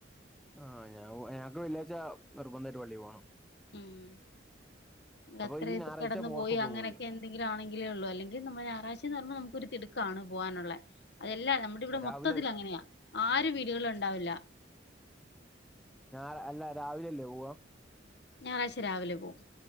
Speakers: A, in the centre; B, on the left (about 65°).
A: ആഹ് ഞാ ഞാക്ക് വെള്ളിയാഴ്ച്ച നിർബന്ധമായിട്ട് പള്ളി പോണം.
B: ഉം
A: അപ്പൊ
B: അത്ര
A: ഈ
B: <unintelligible>
A: ഞായറാഴ്ച
B: കെടന്ന്
A: പോർക്കൊക്കെ
B: പോയി അങ്ങനെയൊക്കെ
A: പോകൂല്ലേ
B: എന്തെങ്കിലും ആണെങ്കിലേ ഒള്ളൂ അല്ലെങ്കി നമ്മ ഞായറാഴ്ചേന്ന് പറയുമ്പോ നമ്മക്ക് ഒരു തി തിടുക്കാണ് പോവാനുള്ളെ അതെല്ലാ നമ്മടെ ഇവിടെ
A: രാവിലെ
B: മൊത്തത്തിൽ അങ്ങനെയാ ആര് വീടുകളില്ണ്ടാവില്ല
A: <unintelligible> അല്ല രാവിലല്ലേ പോവാ
B: ഞായറാഴ്ച രാവിലെ പോവും